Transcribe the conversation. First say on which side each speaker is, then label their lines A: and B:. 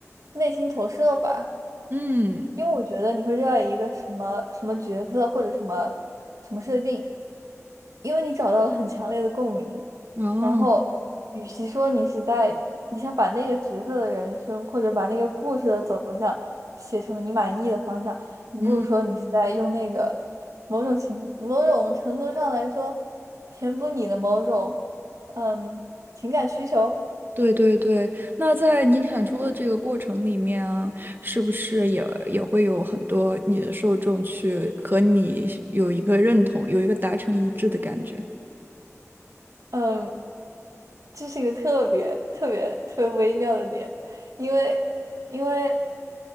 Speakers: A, on the right (about 90°); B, on the right (about 40°).
A: 内心投射吧。
B: 嗯，
A: 因为我觉得你会热爱一个什么什么角色或者什么什么设定，因为你找到了很强烈的共鸣。
B: 哦，
A: 然后，与其说你是在你想把那个角色的人生或者把那个故事的走向写成你满意的方向，你不如说你是在用那个某种情某种程度上来说填补你的某种嗯情感需求。
B: 嗯，对对对，那在你产出的这个过程里面啊，是不是也也会有很多你的受众去和你是有一个认同，有一个达成一致的感觉？
A: 嗯，这是一个特别特别特别微妙的点，因为因为